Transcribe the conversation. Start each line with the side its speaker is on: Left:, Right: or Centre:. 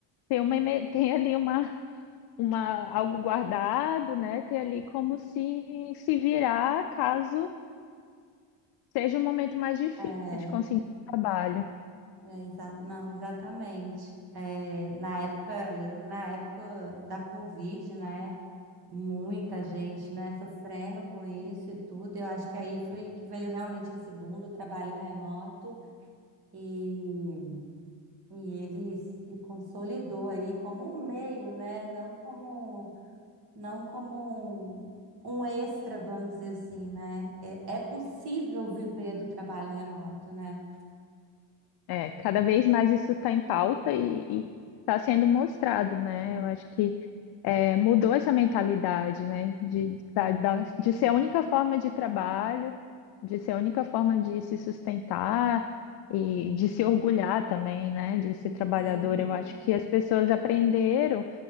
Left: ter uma, eme- <laughs> ter ali uma uma, algo guardado, né? Ter ali como se se virar caso seja um momento mais difícil
Right: É,
Left: de conseguir trabalho.
Right: É, exa- não, exatamente. É, na época, lembro na época da Covid, né? Muita gente, né, sofrendo com isso e tudo. Eu acho que aí foi que veio realmente esse boom do trabalho remoto e, e ele se consolidou aí como um meio, né? Não como, não como um, um extra, vamos dizer assim, né? É, é possível viver do trabalho remoto, né?
Left: É, cada vez mais isso está em pauta e está sendo mostrado, né? Eu acho que é, mudou essa mentalidade, né? De, da, da- de ser a única forma de trabalho, de ser a única forma de se sustentar. E de se orgulhar também, né, de ser trabalhador.
Right: Sim,
Left: Eu acho que as pessoas aprenderam